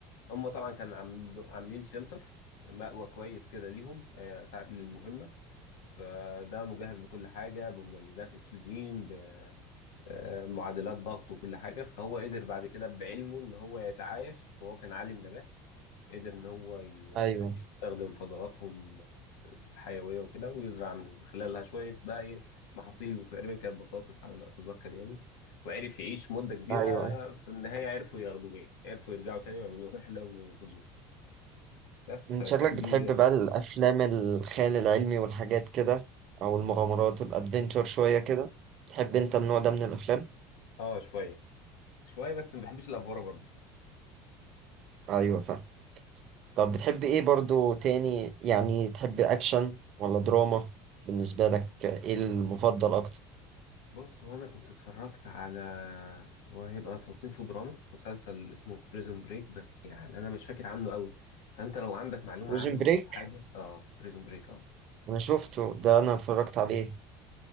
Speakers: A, on the left; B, on the right.
A: هم طبعا كانوا عامل- عاملين شيلتر مأوى كويس كده ليهم آه، ساعة للمهمة فده مجهز بكل حاجة بمولدات أكسجين بمعادلات ضغط وكل حاجة فهو قدر بعد كده بعلمه إن هو يتعايش وهو كان عالم نبات قدر إن هو ي-
B: ايوه
A: يستخدم فضلاتهم الحيوية وكده ويزرع من خلالها شوية بقى إيه محاصيل وتقريبا كانت بطاطس على ما أتذكر يعني وعرف يعيش مدة كبيرة
B: ايوه أيوة.
A: في النهاية عرفوا ياخدوه يعني عرفوا يرجعوا تاني ويعملوا رحلة وينقذوه بس
B: من
A: فكان
B: شكلك بتحب
A: دي
B: بقى الافلام الخيال العلمي والحاجات كده او المغامرات الادفنتشر شويه كده تحب انت النوع ده من الافلام
A: اه شويه شويه بس ما بحبش الافوره برضو
B: ايوه فاهم طب بتحب ايه برضو تاني يعني تحب اكشن ولا دراما بالنسبه لك ايه المفضل اكتر
A: بص هو انا كنت اتفرجت على هو هيبقى تصنيفه دراما مسلسل اسمه بريزون بريك بس يعني انا مش فاكر عنه قوي فانت لو عندك معلومه
B: بريزن
A: عنه
B: بريك
A: او حاجه اه بريزون بريك اه
B: انا شفته ده انا اتفرجت عليه